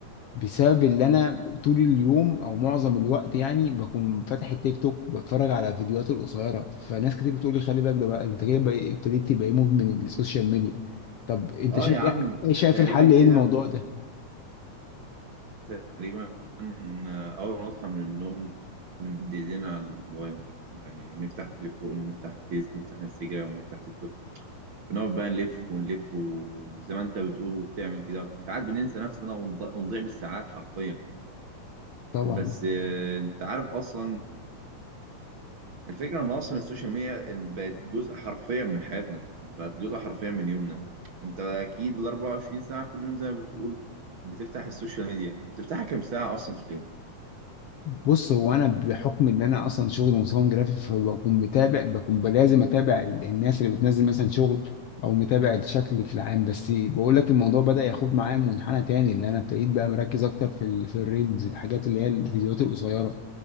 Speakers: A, on the left; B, on the right.
A: بسبب اللي انا طول اليوم او معظم الوقت يعني بكون فاتح التيك توك وبتفرج على فيديوهات القصيره فناس كتير بتقول لي خلي بالك ده بقى انت كده بقى- ابتديت تبقى إيه مدمن السوشيال ميديا طب انت
B: اه
A: شايف
B: يا عم
A: ايه إيه شايف
B: تقريبا
A: الحل
B: كده
A: ايه الموضوع ده
B: تقريبا أول ما أصحى من النوم نمد إيدينا على الموبايل يعني نفتح تليفون نفتح فيس نفتح انستجرام نفتح تيك توك ونقعد بقى نلف ونلف وزي ما أنت بتقول وبتعمل كده وساعات بننسى نفسنا ونض- ونضيع بالساعات حرفيا
A: طبعا
B: بس آه، أنت عارف أصلا الفكرة إن أصلا السوشيال ميديا بقت جزء حرفيا من حياتنا بقت جزء حرفيا من يومنا أنت أكيد ال 24 ساعة كل يوم زي ما بتقول بتفتح السوشيال ميديا بتفتحها كام ساعة أصلا في اليوم
A: بص هو انا بحكم ان انا اصلا شغل مصمم جرافيك فبكون متابع بكون لازم اتابع ال- الناس اللي بتنزل مثلا شغل او متابع الشكل في العام بس بقول لك الموضوع بدأ ياخد معايا منحنى تاني اللي انا ابتديت بقى مركز اكتر في ال- في الريلز الحاجات اللي هي الفيديوهات القصيره